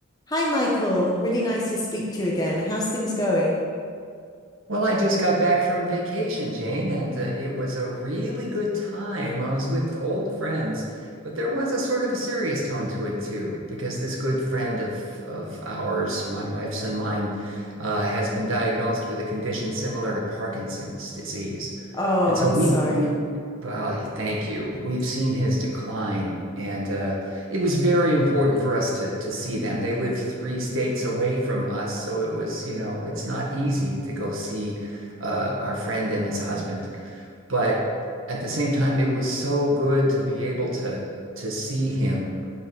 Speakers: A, on the left; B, on the right.
A: Hi, Michael. Really nice to speak to you again. How's things going?
B: Well, I just got back from vacation, Jane, and uh, it was a really good time. I was with old friends, but there was a sort of a serious tone to it too, because this good friend of of ours, my wife's and mine, uh, has been diagnosed with a condition similar to Parkinson's disease,
A: Oh,
B: and so
A: I'm
B: we
A: sorry.
B: we well, thank you. We've seen his decline, and uh, it was very important for us to to see them. They live three states away from us, so it was, you know, it's not easy to go see uh, our friend and his husband. But at the same time, it was so good to be able to to see him